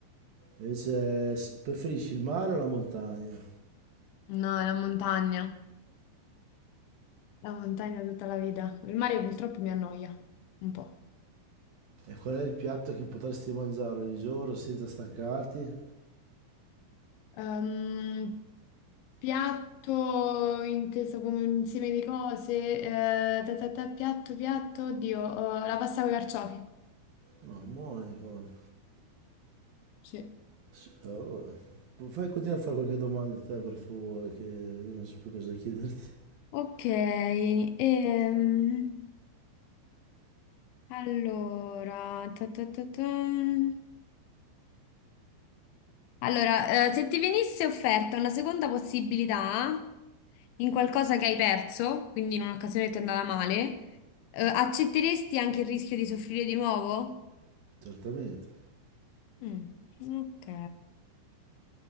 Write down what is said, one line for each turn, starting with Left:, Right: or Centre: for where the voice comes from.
Right: Invece s- preferisci il mare o la montagna?
Left: No, è la montagna, la montagna tutta la vita. Il mare purtroppo mi annoia un po'.
Right: E qual è il piatto che potresti mangiare ogni giorno senza stancarti?
Left: Ehm, piatto inteso come un insieme di cose, eh, ta ta ta, piatto, piatto, oddio, eh, la pasta con i carciofi.
Right: Ah, buone, cavolo.
Left: Sì.
Right: S- eh, Fai, continua a fare qualche domanda a te per favore, che io non so più cosa chiederti.
Left: Ok, ehm, allora, ta ta ta ta. Allora, eh, se ti venisse offerta una seconda possibilità in qualcosa che hai perso, quindi in un'occasione che ti è andata male, eh, accetteresti anche il rischio di soffrire di nuovo?
Right: Certamente.
Left: Mm, ok.